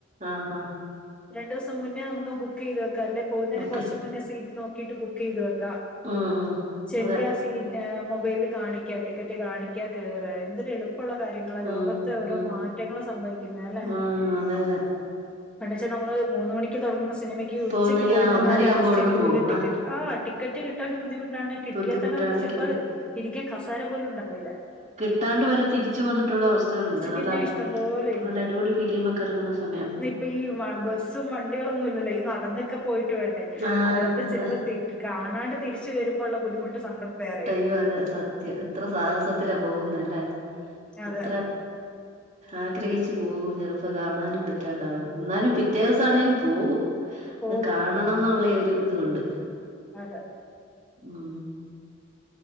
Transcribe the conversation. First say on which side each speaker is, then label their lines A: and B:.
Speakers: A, on the right; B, in the centre.
A: ആഹ് ഹാ
B: രണ്ടൂസം മുന്നേ നമുക്കം ബുക്കെയ്ത് വെക്കാല്ലെ പോവുന്നേന്
A: ബുക്ക്
B: കൊർച്ച് മുന്നേ സീറ്റ് നോക്കിയിട്ട് ബുക്കെയ്ത് വെക്കാ
A: ഉം ഉം
B: ചെല്ലാ
A: അതെ
B: സീ ഏഹ് മൊബൈല്ല് കാണിക്ക്യാ ടിക്കെറ്റ് കാണിക്ക്യാ കേറാ എന്തൊരെള് പ്പാെള്ള കാര്യങ്ങളാ
A: ഉം
B: ലോകത്ത് ഓരോ
A: ഉം
B: മാറ്റങ്ങള് സംഭവിയ്ക്കുന്ന അല്ലേ
A: ആഹ് അതെ അതെ
B: പണ്ടേച്ച നമ്മള് മൂന്ന് മണിക്ക് താെടങ്ങ്ന്ന സിനിമയ്ക്ക് ഉച്ചയ്ക്ക്
A: പോവുന്നെങ്കി
B: പോയി
A: ആ
B: നിന്നാല
A: ഒന്നരയാവുമ്പോ
B: ഫസ്റ്റ്
A: ഇവിടുന്ന്
B: ക്യൂൽ
A: പോകും
B: ടിക്കെറ്റ് ആഹ് ടിക്കറ്റ് കിട്ടാനും ബുദ്ധിമുട്ടാണ് കിട്ടിയാ
A: ബുദ്ധിമുട്ടാണ്
B: തന്നെ നമുക്ക് ചെൽപ്പ
A: ക്യൂ
B: ഇരിക്ക്യാൻ കസേര പോലുംണ്ടാവില്ലാ
A: ട്ടാണ്ട് വെരെ തിരിച്ച് വന്നിട്ടുള്ള അവസ്ഥകള്ണ്ട് നല്ല
B: പിന്നെ
A: അ
B: ഇഷ്ടം പോലെയുണ്ട്
A: നല്ല അടിപൊളി ഫിലീമൊക്കെ എറങ്ങ്ന്ന സമയം
B: പ്പം ഇ വ ബസ്സും വണ്ടികളൊന്നും ഇല്ലല്ലോ ഈ നടന്നെക്കെ പോയിട്ട് വേണ്ടേ
A: ആഹ്
B: അതേപോൽത്തെ
A: അതെ
B: സിനിമ ഇ കാണാണ്ട് തിരിച്ച് വര്മ്പോള്ള ബുദ്ധിമുട്ട് സങ്കടം വേറേയും
A: യ്യോ അതെ സത്യം എത്രെ സാഹസത്തിലാ പോകുന്നെ അല്ലേ
B: അതെ
A: എത്രെ ആഗ്രഹിച്ച് പോകും ചെലപ്പോ കാണാനും പറ്റാണ്ടാവും ന്നാലും പിറ്റേ ദിവസാണേലും പോവും
B: പോകും
A: ന്ന് കാണണംന്ന്ള്ളെയൊരു ത്കൊണ്ട്
B: അതെ
A: ഉം